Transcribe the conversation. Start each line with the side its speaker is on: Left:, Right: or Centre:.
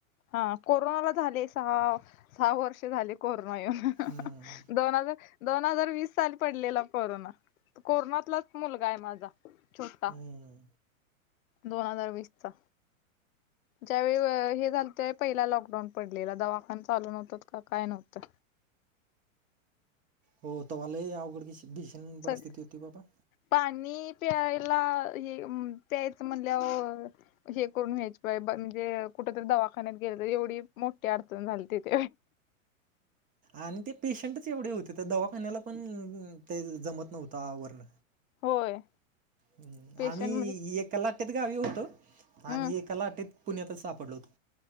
Left: हा कोरोनाला झाले सहा सहा वर्ष झाले कोरोना येऊन
Right: हम्म
Left: दोन हजार दोन हजार वीस साली पडलेला कोरोना कोरोनातलाच मुलगा आहे माझा छोटा........
Right: हम्म
Left: दोन हजार वीस चा ज्यावेळी हे झालतय पहिला लॉकडाऊन पडलेला दवाखाना चालू नव्हत काय नव्हतं.
Right: हो तवा लाय अवघड की भीषण
Left: सग
Right: परस्थिती होती बाबा
Left: पाणी प्यायला त्या्यायच म्हणल्यावर हे करून घ्यायच पाहि म्हणजे कुठ तरी दवाखान्यात गेलं तर एवढी मोठी अडचण झाली तथ
Right: आणि ते पेशंटच एवढे होते त्या दवाखान्याला पण ते जमत नव्हतं आवरण
Left: होय.
Right: ह्
Left: पेशंट
Right: आम्ही
Left: म्हणजे
Right: एकाला लाटेत गावी होतो
Left: हम्म
Right: आणि एकाला लाटेत पुण्यातच सापडलो होतो.